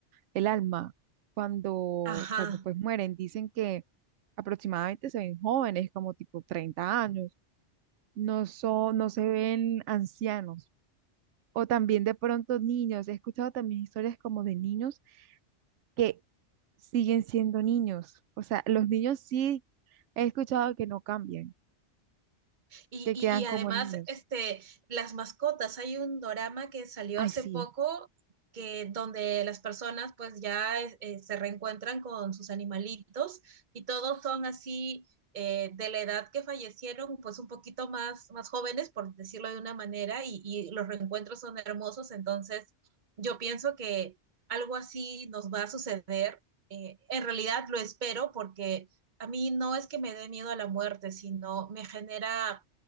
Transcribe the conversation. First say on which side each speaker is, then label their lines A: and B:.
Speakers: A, on the right; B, on the right.
A: el alma, cuando,
B: Ajá.
A: cuando pues mueren, dicen que aproximadamente se ven jóvenes, como tipo 30 años, no son, no se ven ancianos, o también de pronto niños. He escuchado también historias como de niños que siguen siendo niños. O sea, los niños sí he escuchado que no cambian,
B: Y,
A: que
B: y,
A: quedan
B: y además,
A: como niños.
B: este, las mascotas, hay un dorama que salió
A: Ay,
B: hace
A: sí,
B: poco que donde las personas pues ya eh, eh, se reencuentran con sus animalitos y todos son así eh, de la edad que fallecieron, pues un poquito más, más jóvenes, por decirlo de una manera, y, y los reencuentros son hermosos, entonces yo pienso que algo así nos va a suceder. Eh, en realidad lo espero porque a mí no es que me dé miedo a la muerte, sino me genera